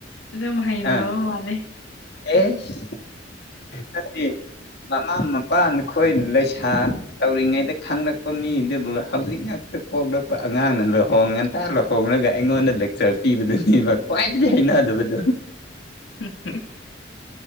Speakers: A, on the left (about 80°); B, on the left (about 60°).
A: ꯑꯗꯨꯝ ꯍꯩꯅꯕ
B: ꯑꯥ
A: ꯃꯥꯜꯂꯦ
B: ꯑꯦꯁ ꯅꯠꯇꯦ ꯃꯃꯥ ꯃꯄꯥ ꯅꯈꯣꯏ ꯂꯩꯁꯥ ꯇꯧꯔꯤꯉꯩꯗ ꯈꯪꯂꯛꯄ ꯃꯤꯗꯨꯕꯨ ꯍꯧꯖꯤꯛ ꯉꯛꯇꯥ ꯄꯣꯛꯂꯛꯄ ꯑꯉꯥꯡꯅ ꯂꯨꯍꯣꯡ ꯉꯟꯇꯥ ꯂꯨꯍꯣꯡꯂꯒ ꯑꯩꯉꯣꯟꯗ ꯂꯦꯛꯆꯔ ꯄꯤꯕꯗꯨꯅꯦꯕ ꯈ꯭ꯋꯥꯏꯗꯒꯤ ꯍꯩꯅꯗꯕꯗꯣ
A: <inaudible>